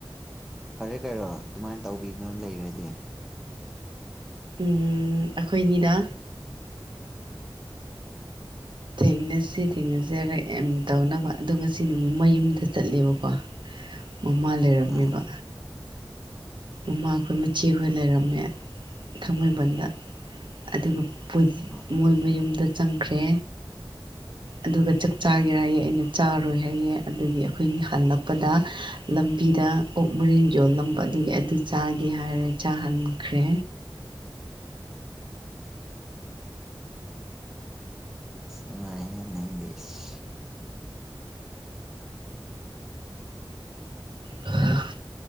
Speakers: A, in the centre; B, on the right (about 65°).
A: ꯐꯔꯦ ꯀꯔꯣ ꯑꯗꯨꯃꯥꯏꯅ ꯇꯧꯕꯤꯕ ꯂꯩꯔꯗꯤ
B: ꯎꯝ ꯑꯩꯈꯣꯏꯒꯤꯗ ꯊꯦꯡꯅꯁꯤ ꯊꯦꯡꯅꯖꯔ ꯑꯦꯝ ꯇꯧꯅꯕ ꯑꯗꯣ ꯉꯁꯤ ꯅꯨꯃꯤꯠ ꯃꯌꯨꯝꯗ ꯆꯠꯂꯦꯕꯀꯣ ꯃꯃꯥ ꯂꯩꯔꯝꯃꯦꯕ
A: ꯑꯥ
B: ꯃꯃꯥꯈꯣꯏ ꯃꯆꯦꯈꯣꯏ ꯂꯩꯔꯝꯃꯦ ꯊꯥꯡꯃꯩꯕꯟꯗ ꯑꯗꯨꯒ
A: ꯑꯥ
B: ꯃꯣꯏ ꯃꯌꯨꯝꯗ ꯆꯪꯈ꯭ꯔꯦ ꯑꯗꯨꯒ ꯆꯥꯛ
A: ꯎꯝ
B: ꯆꯥꯒꯦꯌꯦ ꯑꯩꯅ ꯆꯥꯔꯣꯏ ꯍꯥꯏꯌꯦ ꯑꯗꯨꯒꯤ ꯑꯩꯈꯣꯏꯅꯤ ꯍꯜꯂꯛꯄꯗ ꯂꯝꯕꯤꯗ ꯑꯣꯛ ꯃꯔꯤꯟ ꯌꯣꯜꯂꯝꯕ ꯑꯗꯨꯒꯤ ꯑꯗꯨ ꯆꯥꯒꯦ ꯍꯥꯏꯔꯦ ꯆꯥꯍꯟꯈ꯭ꯔꯦ
A: ꯅꯨꯡꯉꯥꯏ ꯍꯦ ꯅꯪꯗꯤ ꯢꯁ
B: ꯎꯝ